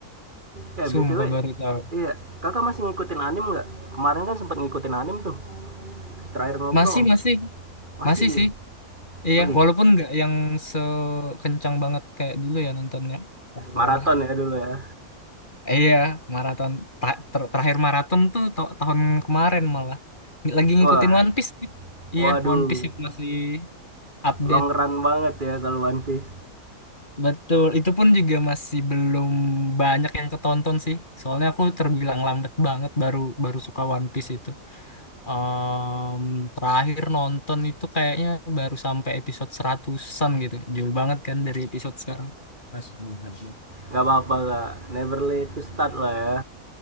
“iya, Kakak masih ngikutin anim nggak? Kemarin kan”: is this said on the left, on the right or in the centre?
Right